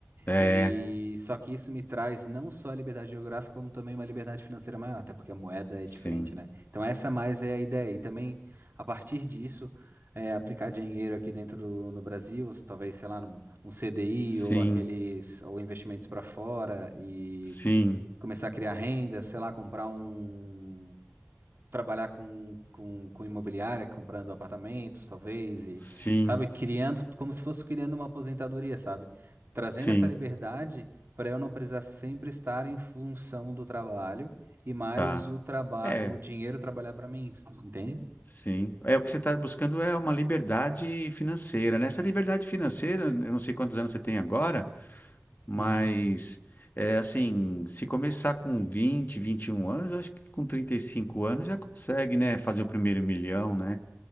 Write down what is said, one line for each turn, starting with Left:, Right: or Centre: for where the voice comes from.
Left: É.
Right: E só que isso me traz não só a liberdade geográfica, como também uma liberdade financeira maior, até porque a moeda é
Left: Sim,
Right: diferente, né? Então essa mais é a ideia. E também, a partir disso, é, aplicar dinheiro aqui dentro do, no Brasil, talvez, sei lá, num, num CDI
Left: sim,
Right: ou aqueles, ou investimentos para fora e
Left: sim,
Right: começar a criar renda, sei lá, comprar um trabalhar com, com, com imobiliária, comprando apartamentos, talvez, e,
Left: sim,
Right: sabe, criando, como se fosse criando uma aposentadoria, sabe? Trazendo
Left: sim,
Right: essa liberdade para eu não precisar sempre estar em função do trabalho e mais
Left: tá.
Right: o trabalho,
Left: É,
Right: o dinheiro trabalhar para mim, entende?
Left: sim. É o que você está buscando é uma liberdade financeira, né? Essa liberdade financeira, eu não sei quantos anos você tem agora, mas
Right: Uhum.
Left: é assim, se começar com vinte vinte e um anos, eu acho que com 35 anos já consegue, né, fazer o primeiro milhão, né?